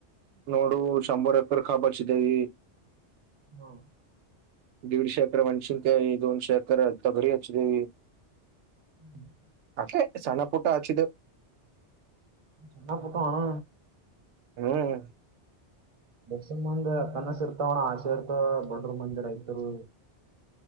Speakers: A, on the right (about 85°); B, on the right (about 35°).
A: ನೋಡು ಚಂಬರ್ ಎಕರೆ ಕಬ್ಬಚವಿ.
B: ಹಾ.
A: ದೀಡಿಸೋ ಎಕ್ರೆ ಮೆಣಸಿನಕಾಯಿ ಹೆಚ್ಚಿವೆ ಧೂಮ್ಸೆ ಎಕರೆ ತೊಗರಿ ಹಚ್ಚಿವಿ.
B: <inaudible>
A: ಹೆ ಸಣ್ಣ ಪುಟ್ಟ ಅಚ್ಚಿದೇವ್.
B: ಸಣ್ಣ ಪುಟ್ಟ ಅಣ್ಣ.
A: ಹ್ಮ್.
B: ಸಮ್ಮಂದ ಕನಸಿರ್ತಾವಣ್ಣ ಆಶೆರ್ತಾವ ಬಡೂರ್ಮಂದಿ ರೈತರೂ.